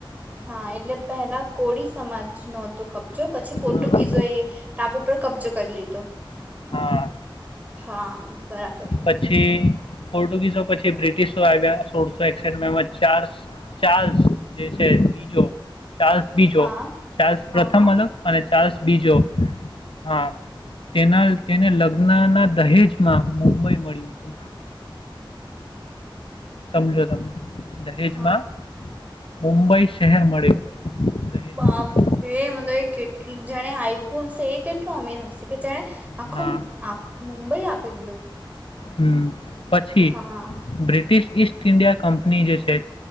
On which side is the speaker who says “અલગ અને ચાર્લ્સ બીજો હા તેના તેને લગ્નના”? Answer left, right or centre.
Left